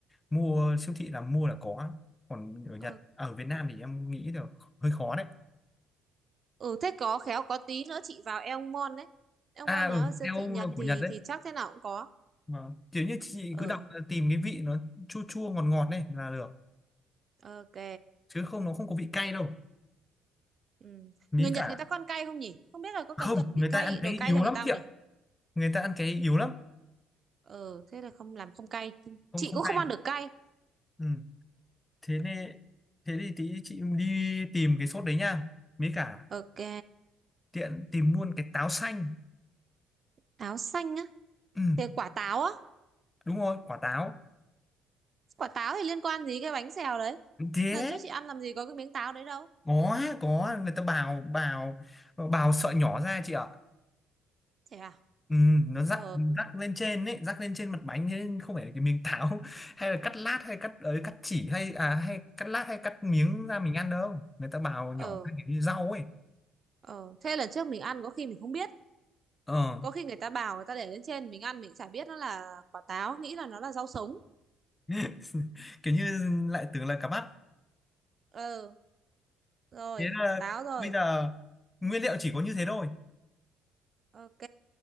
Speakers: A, on the left; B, on the right.
A: mua siêu thị là mua là có còn ở Nhật
B: ờ.
A: à, ở Việt Nam thì em nghĩ là hơi khó đấy
B: ừ thế có khéo có tí nữa chị vào Elmon đấy Elmon
A: à ừ
B: là siêu
A: eo
B: thị Nhật
A: là của
B: thì
A: Nhật đấy
B: thì chắc thế nào cũng có
A: Vâng. kiểu như chị
B: ờ
A: cứ đọc là tìm cái vị nó chua chua ngọt ngọt này là được
B: ok
A: chứ không nó không có vị cay đâu
B: ừ.
A: mí
B: người Nhật
A: cả
B: người ta có ăn cay không nhỉ không biết là có cần
A: không
B: phải chuẩn
A: người
B: bị cay
A: ta ăn
B: đồ
A: cái
B: cay
A: yếu
B: cho người
A: lắm
B: ta
A: chị
B: không
A: ạ
B: nhỉ
A: người ta ăn cái yếu lắm
B: ờ thế là không làm không cay
A: không
B: chị
A: không
B: cũng không
A: cay
B: ăn được cay
A: ừ. thế nên thế thì tí chị đi tìm cái sốt đấy nha mí cả
B: ok
A: tiện tìm luôn cái táo xanh
B: táo xanh á
A: ừ.
B: thì quả táo á
A: đúng rồi quả táo
B: quả táo thì liên quan gì cái bánh xèo đấy
A: thế
B: lần trước chị ăn làm gì có cái miếng táo đấy đâu
A: có có người ta bào bào bào sợi nhỏ ra chị ạ
B: thế à
A: Ừ, nó rắc
B: ờ
A: rắc lên trên ấy rắc lên trên mặt bánh thế nên không phải là cái miếng táo <laughs> hay là cắt lát hay cắt ấy cắt chỉ hay à hay cắt lát hay cắt miếng ra mình ăn đâu người ta bào
B: ờ
A: nhỏ cái kiểu như rau ấy
B: ờ thế lần trước mình ăn có khi mình không biết
A: ờ
B: có khi người ta bảo người ta để lên trên mình ăn mình chả biết nó là quả táo nghĩ là nó là rau sống
A: <laughs> kiểu như lại tưởng là cá mắt
B: ờ rồi
A: thế là
B: táo rồi
A: bây giờ nguyên liệu chỉ có như thế thôi
B: ok